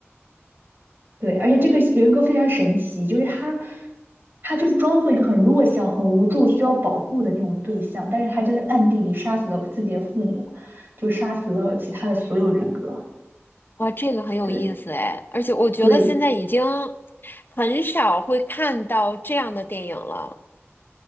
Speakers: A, on the right (about 50°); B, on the left (about 45°).
A: 对，而且这个人格非常神奇，就是他，他就是装作一个很弱小、很无助、需要保护的那种对象，但是他就在暗地里杀死了自己的父母，就杀死了其他的所有人格。
B: 哇，这个很有意思哎，
A: 对
B: 而且我觉得现在已经
A: 对，
B: 很少会看到这样的电影了，